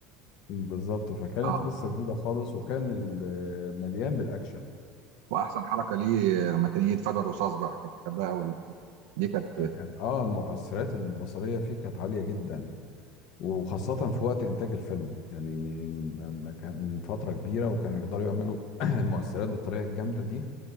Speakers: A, on the left; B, on the right.
A: بالظبط فكانت
B: اه
A: قصة جديدة خالص وكان ال- آه، مليان بالأكشن
B: واحسن حركه ليه لما كان يتفادى الرصاص بقى كنت بحبها قوي دي كانت
A: كان اه المؤثرات البصريه فيه كانت عاليه جدا وخاصه في وقت انتاج الفيلم يعني م- ما كان من فتره كبيره وكانوا يقدروا يعملوا <clears throat> المؤثرات بالطريقه الجامده دي